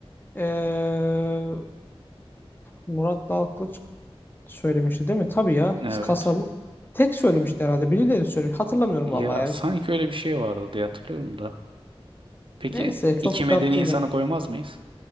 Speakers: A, on the left; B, on the right.
A: ee, Murat Dalkılıç söylemişti değil mi? Tabii ya.
B: Evet.
A: Kasaba. Tek söylemişti herhalde. Birileri söylemiş. Hatırlamıyorum
B: Ya
A: vallahi ya.
B: sanki öyle bir şey vardı diye hatırlıyorum da. Peki
A: Neyse
B: iki
A: çok
B: medeni
A: dert değil.
B: insanı
A: abi.
B: koymaz mıyız?